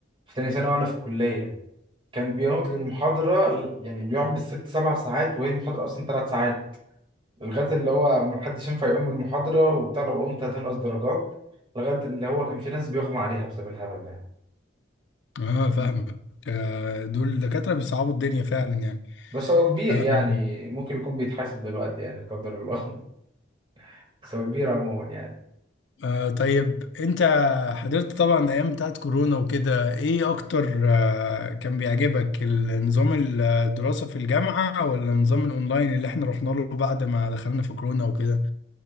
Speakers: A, on the right; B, on the left.
A: في تانية سنة وأنا في الكلية كان بيقعد للمحاضرة يعني بيقعد بالست سبع ساعات وهي المحاضرة أصلا ثلاث ساعات لغاية اللي هو محدش ينفع يقوم من المحاضرة وبتاع لو قمت هتنقص درجات لغاية اللي هو كان في ناس بيغمى عليها بسبب الهبل ده
B: اه
A: فاهم؟
B: فاهمك آه، دول دكاترة بيصعبوا الدنيا فعلا يعني
A: بس هو كبير
B: آه
A: يعني ممكن يكون بيتحاسب دلوقتي يعني لا قدر الله <laughs> بس هو كبير عموما يعني
B: آه طيب انت حضرت طبعا ايام بتاعت كورونا وكده ايه اكتر آه كان بيعجبك النظام الدراسة في الجامعة ولا النظام الاونلاين اللي احنا رحنا له بعد ما دخلنا في كورونا وكده